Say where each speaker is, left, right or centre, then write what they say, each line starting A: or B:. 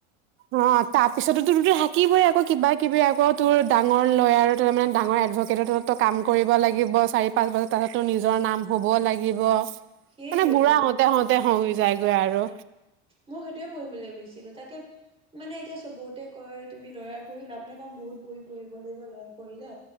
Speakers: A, on the right (about 40°); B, on the right (about 15°).
A: অ', তাৰপিছতো তোৰ থাকিবই আকৌ কিবা কিবি আকৌ তোৰ ডাঙৰ লয়াৰ আৰু তাৰ মানে ডাঙৰ এডভক কেটত তই কাম কৰিব লাগ লাগিব চাৰি পাঁচ বছৰ তাৰপিছত নিজৰ নাম হ'ব লাগিব মানে
B: সেইটোৱেতো
A: বুঢ়া হওঁতে হওঁ তে হৈ যায়গৈ আৰু।
B: মই সেইটোয়ে পঢ়িমলৈ ভাবিছিলোঁ তাকে মানে এতিয়া চ' বহুতে কয় তুমি লয়াৰ পঢ়ি লাভ নাই, কাৰণ বহুত পঢ়ি পঢ়ি পঢ়িব লাগিব লয়াৰ পঢ়িলে